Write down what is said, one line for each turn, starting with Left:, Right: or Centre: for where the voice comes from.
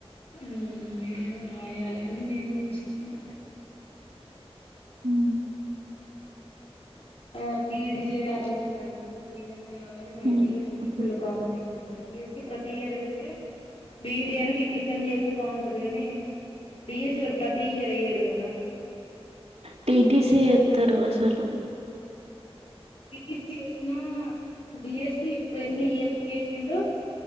Left: ఉమ్ నేను రాయాలె అని నేను చూస్తన్నా.
Right: ఉమ్
Left: ఆ బి ఈ డీ చేయాల దానికి టూ త్రీ ఇయర్స్ కావాలి, మళ్ళీ
Right: హ్మ్.
Left: డ ఎస్ సికిఫుల్ కాంపిటి డి ఎస్ సి ప్రతి ఇయర్ ఏస్తే, బి ఈ డి అన టీ టీ సీ అన చేస్తే బాగుంటది గని డి ఎస్ సి ఓడు ప్రతి ఇయర్ ఎయ్యడు కదా.
Right: టీ టీ సీ ఏత్తరు అసలు.
Left: టి టీ సీ ఏసినా డి ఎస్ సి ఇప్పుడు ఎన్ని ఇయర్స్ కేసిండు.